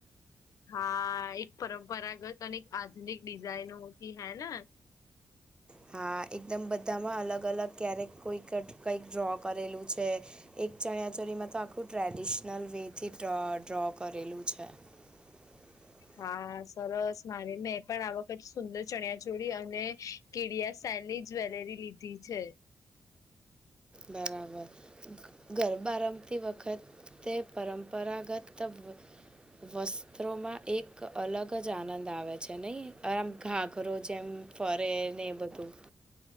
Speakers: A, on the left; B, on the right.
A: હા એક પરંપરાગત અને એક આધુનિક ડિઝાઇનોથી હૈ ને.
B: હા એકદમ બધામાં અલગ અલગ ક્યારેક કોઈક કંઈક ડ્રો કરેલું છે. એક ચણિયા ચોરીમાં તો આખું ટ્રેડિશનલ વે થી ડ્રો ડ્રો કરેલું છે. <inaudible>
A: હા સરસ મારે મેં પણ આવખત સુંદર ચણિયા ચોળી અને કેડિયાસ્ની જ્વેલરી લીધી છે.
B: બરાબર ગરબા રમતી વખત તે પરંપરાગત <unintelligible> વસ્ત્રોમાં એક અલગ જ આનંદ આવે છે નહીં આમ ઘાઘરો જેમ ફરે ને એ બધું